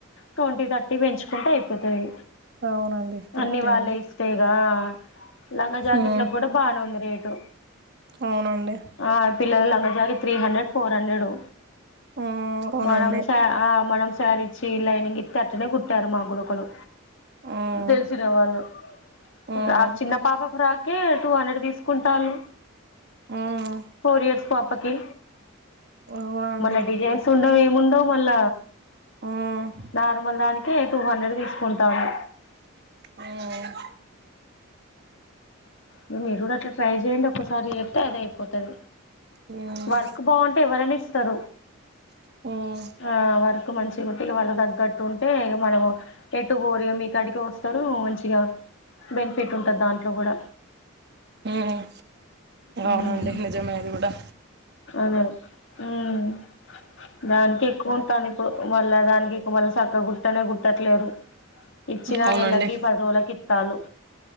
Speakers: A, on the left; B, on the right.
A: ట్వంటీ థర్టీ పెంచుకుంటే అయిపోతది
B: అవునండి కరెక్టే
A: అన్ని వాళ్ళే
B: అండి
A: ఇస్తె ఇగా లంగా జాకెట్లలకు
B: హ్మ్
A: కూడా బానే ఉంది రేటు
B: అవునండి
A: ఆ పిల్లగలం <unintelligible> త్రీ హండ్రెడ్ ఫోర్ హండ్రెడు
B: హ్మ్ అవునండి
A: మనంసా ఆ మనంసారి చీర లైనింగ్ ఇతే అట్టనే కుట్టారు మా గుడుకులు
B: హ్మ్
A: తెలిసిన వాళ్ళు
B: హ్మ్
A: ఫ్రాక్ చిన్న పాప ఫ్రాక్ ఓకే టూ హండ్రెడ్ తీసుకుంటాలు
B: హ్మ్
A: ఫోర్ ఇయర్స్ పాపకి
B: అవునండి
A: మళ్ళ డిజైన్స్ ఉండవి ఎం ముందు మళ్ళ
B: హ్మ్
A: నార్మల్ దానికే టూ హండ్రెడ్ తీసుకుంట టాలు
B: హ్మ్
A: ఇగ మీరు కూడా అట్లా ట్రై చేయండి ఒక్కసారి చేతే అదే అయి పోతది
B: హ్మ్
A: వర్క్ బాగుంటే ఎవరైన ఇస్తారు
B: హ్మ్
A: ఆ వర్క్ ఇంక మంచిగుటిన వాళ్ళ దగట్టు ఉంటే ఇగ మనము ఎటు బోరిగా మీకాడికే వస్తారు మంచిగా బెనిఫిట్ ఉంటది దాంట్లో కూడా
B: హ్మ్
A: ఉమ్
B: అవునండి నిజమే అది కూడా
A: అదే హ్మ్ దానికే కువ ఉంటాది ఇప్పుడు మళ్ళా దానికి ఇక మళ్ళీ సక్కగా గుట్టనే గుట్టట్లేరు ఇచ్చిన
B: అవునండి
A: నెలకి పది రోలకి తాలూ